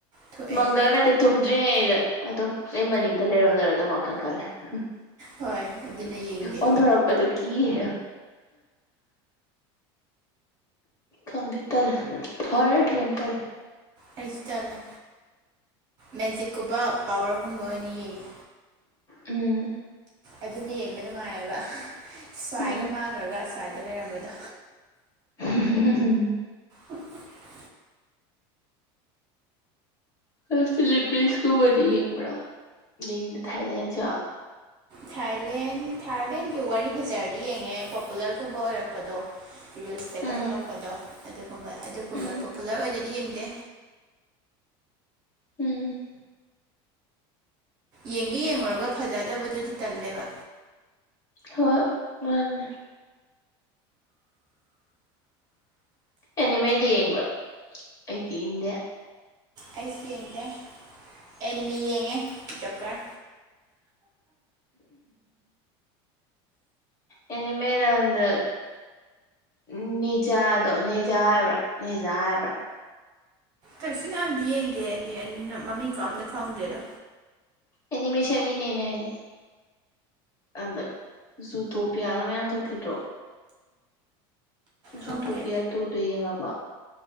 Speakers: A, on the right; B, on the left.
A: ꯊꯣꯛꯑꯦ
B: ꯃꯪꯗꯒ ꯅꯠꯇꯦ ꯇꯨꯝꯗ꯭ꯔꯤꯉꯩꯗ ꯑꯗꯨꯝ ꯑꯩ ꯃꯅꯤꯡꯗ ꯂꯩꯔꯝꯗꯣꯢꯔ ꯑꯗꯨꯝ ꯋꯥꯈꯜ ꯈꯜꯂꯦ ꯑꯣꯟꯊꯣꯔꯛ
A: ꯍꯣꯏ ꯑꯗꯨꯅ ꯌꯦꯡꯗꯦ
B: ꯑꯣꯟꯊꯣꯛꯔꯛꯄꯗꯣ ꯀꯤꯌꯦꯕ ꯈꯪꯗꯦ ꯇꯜꯂꯦ ꯍꯣꯔꯔꯗꯤ ꯌꯥꯝ ꯇꯜꯂꯦ
A: ꯑꯩꯁꯨ ꯇꯜꯂꯦ ꯃꯦꯖꯤꯛꯀꯨꯝꯕ ꯄꯋꯥꯔꯒꯨꯝꯕ ꯑꯣꯏꯅ ꯌꯦꯡꯉꯦ
B: ꯎꯝ
A: ꯑꯗꯨꯅ ꯌꯦꯡꯕ ꯅꯨꯡꯉꯥꯏꯌꯦꯕ ꯁ꯭ꯋꯥꯏꯒ
B: ꯎꯝ
A: ꯃꯥꯡꯈ꯭ꯔꯒ ꯑꯁ꯭ꯋꯥꯏꯗ ꯂꯩꯔꯝꯕꯗꯣ
B: ꯎꯝ <unintelligible>
A: ꯎꯝ <unintelligible>
B: ꯅꯪ ꯐꯤꯂꯤꯄꯤꯟꯁꯀꯨꯝꯕꯗꯤ ꯌꯦꯡꯕ꯭ꯔꯥ ꯌꯦꯡꯗꯦ ꯊꯥꯏꯂꯦꯟꯁꯨ
A: ꯊꯥꯏꯂꯦꯟ ꯊꯥꯏꯂꯦꯟꯗꯤ ꯋꯥꯔꯤ ꯐꯖꯔꯗꯤ ꯌꯦꯡꯉꯦ ꯄꯣꯄꯨꯂꯔꯒꯨꯝꯕ ꯑꯣꯏꯔꯛꯄꯗꯣ ꯔꯤꯜꯁꯇꯒ
B: ꯎꯝ
A: ꯊꯣꯛꯂꯛꯄꯗꯣ ꯑꯗꯨꯒꯨꯝꯕ ꯑꯗꯨꯒꯨꯝꯕ
B: ꯎꯝ
A: ꯄꯣꯄꯨꯂꯔ ꯑꯣꯏꯗꯗꯤ ꯌꯦꯡꯗꯦ
B: ꯎꯝ
A: ꯌꯦꯡꯒꯩ ꯌꯦꯡꯎꯨꯔꯒ ꯐꯖꯗꯕꯗꯨꯗꯤ ꯇꯜꯂꯦꯕ
B: ꯍꯣꯏ ꯃꯥꯅꯦ ꯑꯦꯅꯤꯃꯦꯗꯤ ꯌꯦꯡꯕ꯭ꯔꯥ ꯑꯩꯗꯤ ꯌꯦꯡꯗꯦ
A: ꯑꯩꯁꯨ ꯌꯦꯡꯗꯦ ꯑꯦꯅꯤꯃꯤ ꯌꯦꯡꯉꯦ ꯖꯣꯀꯔ
B: ꯑꯦꯅꯤꯃꯦꯗ ꯍꯟꯗꯛ ꯎꯝ ꯅꯤꯟꯖꯥꯗꯣ ꯅꯦꯖꯥ ꯍꯥꯏꯕ꯭ꯔꯥ ꯅꯦꯖꯥ ꯍꯥꯏꯕ꯭ꯔꯥ
A: ꯀꯩꯁꯨ ꯌꯥꯝꯗꯤ ꯌꯦꯡꯗꯦ ꯑꯦꯅꯤ ꯑꯦꯅꯤ ꯃꯃꯤꯡꯒ ꯑꯝꯇ ꯈꯪꯗꯦꯗ
B: ꯑꯦꯅꯤꯃꯦꯁꯟꯒꯤꯅꯦ ꯑꯩꯅ ꯍꯥꯢꯁꯤ ꯑꯗ ꯖꯨꯇꯣꯄꯤꯌꯥꯒ ꯃꯌꯥꯝ ꯊꯣꯛꯈꯤꯗ꯭ꯔꯣ ꯖꯨꯇꯣꯄꯤꯌꯥ
A: ꯈꯪꯗꯦ
B: ꯇꯨꯗꯣ ꯌꯦꯡꯉꯕ꯭ꯔꯣ